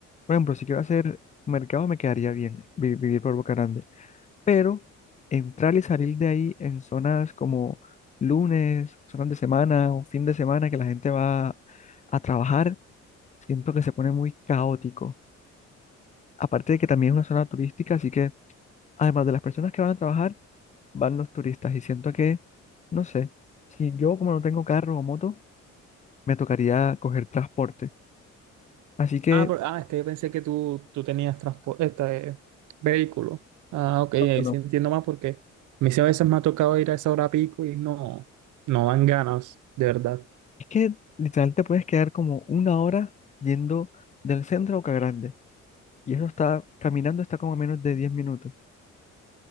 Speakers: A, on the left; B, on the right.
A: por ejemplo, si quiero hacer mercado, me quedaría bien vi- vivir por Boca Grande. pero entrar y salir de ahí en zonas como lunes, zonas de semana o fin de semana que la gente va a trabajar, siento que se pone muy caótico. Aparte de que también es una zona turística, así que además de las personas que van a trabajar, van los turistas y siento que, no sé, si yo como no tengo carro o moto, me tocaría coger transporte. Así que,
B: Ah, por- ah, es que yo pensé que tú, tú tenías transporte, este, vehículo. Ah, ok, ahí
A: no, no, no.
B: sí entiendo más porque a mí sí a veces me ha tocado ir a esa hora pico y no, no dan ganas, de verdad.
A: es que literal te puedes quedar como una hora yendo del centro a Boca Grande Y eso está, caminando está como a menos de 10 minutos.